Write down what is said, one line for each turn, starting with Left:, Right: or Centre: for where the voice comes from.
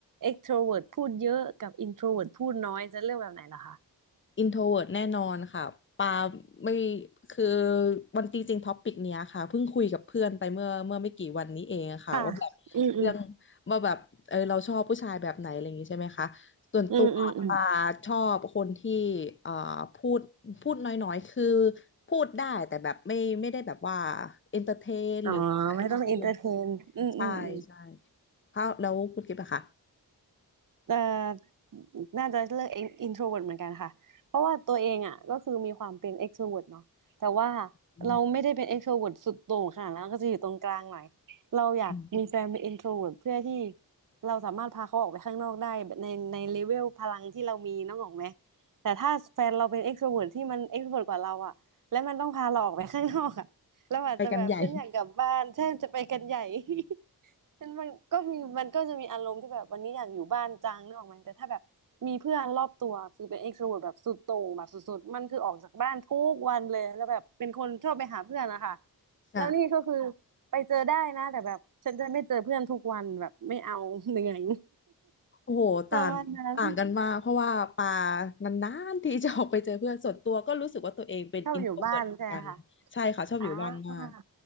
Right: extrovert พูดเยอะกับ introvert พูดน้อยจะเลือกแบบไหนล่ะคะ
Left: introvert แน่นอนค่ะปาไม่คือวันจริงๆท็อปิกเนี้ยค่ะเพิ่งคุยกับเพื่อนไปเมื่อเมื่อไม่กี่วันนี้เองค่ะว่าแบบเรื่อง
Right: ค่ะอืมอืม
Left: ว่าแบบเออเราชอบผู้ชายแบบไหนอะไรอย่างงี้ใช่ไหมคะส่วนตัวปาชอบคนที่
Right: อืมอืมอืม
Left: เอ่อพูดพูดน้อยๆคือพูดได้แต่แบบไม่ไม่ได้แบบว่า entertain
Right: อ๋อไม่ต้อง
Left: หรือว่า extrovert
Right: entertain อืมอืมอืม
Left: ใช่ใช่เพราะแล้วคุณกิ๊บอะคะ
Right: เอ่อน่าจะเลือก introvert เหมือนกันค่ะ เพราะว่าตัวเองอ่ะก็คือมีความเป็น e x t r o v e r t เนาะแต่ว่า
Left: อ
Right: เราไม่ได้เป็น extrovert สุดโต่งค่ะแล้วก็จะอยู่ตรงกลางหน่อยเราอยากมีแฟนเป็น
Left: ืม
Right: i n t r o v e r t เพื่อที่เราสามารถพาเขาออกไปข้างนอกได้แบบในในเลเวลพลังที่เรามีน้องออกไหมแต่ถ้าแฟนเราเป็น e x t r o v e r t ที่มัน e x t r o v e r t กว่าเราอ่ะและมันต้องพาเราออกไปข้างนอกอ่ะเราอาจจะแบบเช่นอยากกลับบ้านเช่นจะไปกันใหญ่
Left: ไปกันใหญ่
Right: <laughs> ซึ่งมันก็มีมันก็จะมีอารมณ์ที่แบบวันนี้อยากอยู่บ้านจังนึกออกไหมแต่ถ้าแบบมีเพื่อนรอบตัวคือเป็นเอ็กโทรเวิร์ตแบบสุดโต่งแบบสุดๆมันคือออกจากบ้านทุกวันเลยแล้วแบบเป็นคนชอบไปหาเพื่อนนะคะ
Left: ค่ะ
Right: แล้วนี่ก็คือไปเจอได้นะแต่แบบฉันจะไม่เจอเพื่อนทุกวันแบบไม่เอา <laughs> เหนื่อย
Left: โอ้โหต่างต่างกันมากเพราะว่าปา
Right: <laughs> ประมาณนั้น
Left: นานๆที่จะออกไปเจอเพื่อนส่วนตัวก็รู้สึกว่าตัวเองเป็นอินโทรเวิร์ตเหมือนกันใช่ค่ะชอบอยู่บ้านมาก
Right: ชอบอยู่บ้านใช่ไหมคะอ่า